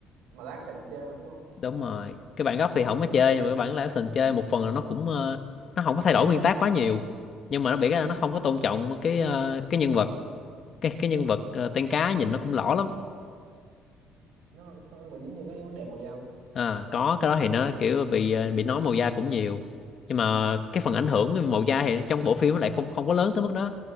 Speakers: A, on the right; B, on the left.
A: mà lát sẽ bị chê mà đúng không
B: đúng rồi cái bản gốc thì không có chơi nhưng mà cái bản live action chơi một phần là nó cũng ờ, nó không có thay đổi nguyên tác quá nhiều nhưng mà nó bị cái
A: ừ.
B: là nó không có tôn trọng cái ờ, cái nhân vật cái cái nhân vật ờ, tiên cá nhìn nó cũng lõ lắm
A: nó nó bị dính vô cái vấn đề màu da không
B: à, có cái đó thì nó kiểu bị ờ, bị nói màu da cũng nhiều nhưng mà
A: ừ.
B: cái phần
A: thôi
B: ảnh hưởng màu da thì trong bộ phim nó lại không không có lớn tới mức đó